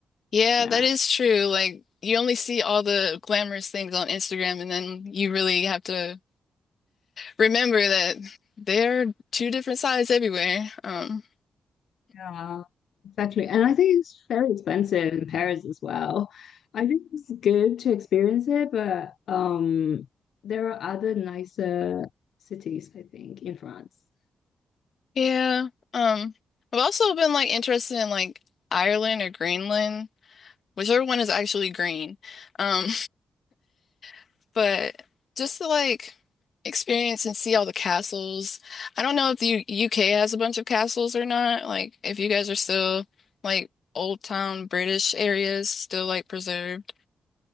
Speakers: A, on the left (about 50°); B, on the left (about 75°).
A: Yeah,
B: Yeah.
A: that is true. Like you only see all the glamorous things on Instagram and then you really have to remember that there are two different sides everywhere. Um,
B: Yeah, exactly. And I think it's very expensive in Paris as well. I think it's good to experience it, but um, there are other nicer cities, I think, in France.
A: yeah. Um, I've also been like interested in like Ireland or Greenland. whichever one is actually green. Um, <laughs> but just to like experience and see all the castles. I don't know if the U UK has a bunch of castles or not. Like if you guys are still like old town British areas still like preserved.